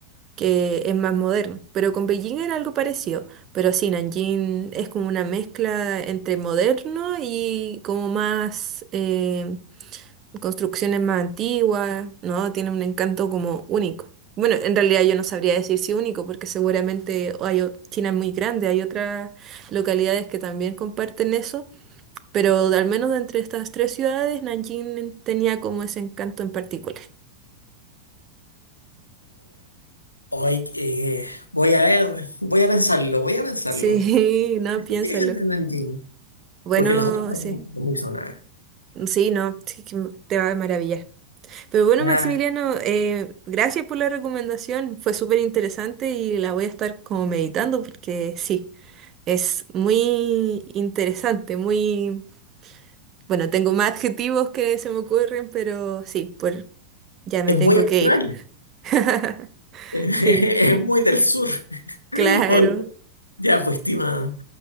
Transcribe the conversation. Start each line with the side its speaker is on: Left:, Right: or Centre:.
Right: que es más moderno. Pero con Beijing era algo parecido, pero sí, Nanjing es como una mezcla entre moderno y como más eh, construcciones más antiguas, ¿no? Tiene un encanto como único. Bueno, en realidad yo no sabría decir si único, porque seguramente hay, o- China es muy grande, hay otras localidades que también comparten eso, pero al menos de entre estas tres ciudades, Nanjing tenía como ese encanto en particular.
Left: Ay, eh, voy a ver, voy a pensarlo, voy a pensarlo.
Right: Sí, <laughs> no,
Left: Definitivamente
Right: piénsalo.
Left: Nanjing,
Right: Bueno,
Left: porque las otras son
Right: sí.
Left: muy son muy sonadas.
Right: Sí, no, sí que te va a maravillar. Pero bueno,
Left: Ya,
Right: Maximiliano, eh, gracias por la recomendación. Fue súper interesante y la voy a estar como meditando porque sí, es muy interesante, muy... Bueno, tengo más adjetivos que se me ocurren, pero sí, pues ya me
Left: es
Right: tengo
Left: muy austral,
Right: que ir. <laughs>
Left: <laughs> es
Right: Sí,
Left: muy del sur.
Right: claro.
Left: Oye, ya, pues, estimada,